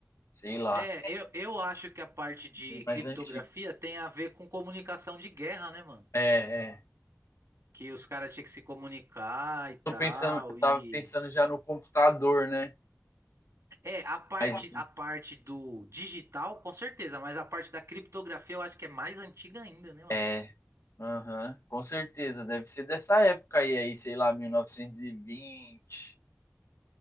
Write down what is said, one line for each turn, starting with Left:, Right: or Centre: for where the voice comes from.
Left: Sei lá.
Right: É, eu, eu acho que a parte de
Left: é Mais
Right: criptografia
Left: antigo.
Right: tem a ver com comunicação de guerra, né, mano?
Left: É, é.
Right: Que os caras tinham que se comunicar e tal,
Left: Tô pensando, eu
Right: e...
Left: tava pensando já no computador, né?
Right: É, a parte,
Left: Mas
Right: a parte do digital, com certeza, mas a parte da criptografia eu acho que é mais antiga ainda, né, mano?
Left: é. Aham, com certeza, deve ser dessa época aí, aí, sei lá, 1920